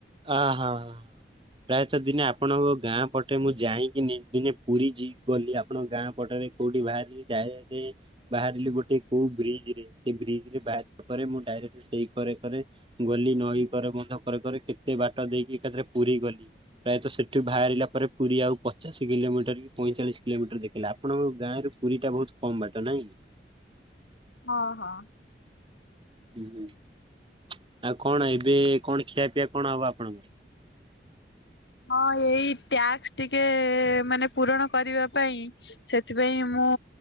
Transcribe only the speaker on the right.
ଆଁ ହାଁ। ପ୍ରାୟତଃ ଦିନେ ଆପଣଙ୍କ ଗାଁ ପଟେ ମୁଁ ଯାଇଁକିନି ଦିନେ ପୁରୀ ଯି ଗଲି ଆପଣଙ୍କ ଗାଁ ପଟରେ। କୋଉଠି ବାହାରିଲି ଯାଏ ଏଠି। ବାହାରିଲି ଗୋଟେ କୋଉ ବ୍ରିଜ ରେ ସେ ବ୍ରିଜ ରେ ବାହାରିଲା ପରେ ମୁଁ ଡାଇରେକ୍ଟ ସେଇ କରେ କରେ ଗଲି ନଈ କରେ ମଧ୍ୟ କରେ କରେ କେତେ ବାଟ ଦେଇକି ଏକାଥରେ ପୁରୀ ଗଲି। ପ୍ରାୟତ ସେଠି ବାହାରିଲା ପରେ ପୁରୀ ଆଉ ପଚାଶ କିଲୋମିଟର କି ପଇଁଚାଳିଶ କିଲୋମିଟର ଦେଖିଲା ଆପଣଙ୍କ ଗାଁରୁ ପୁରୀ ଟା ବହୁତ କମ୍ ବାଟ ନାଇଁ।
ହୁଁ ହୁଁ ଆଉ କଣ ଏବେ କଣ ଖିଆ ପିଆ କଣ ହବ ଆପଣଙ୍କର।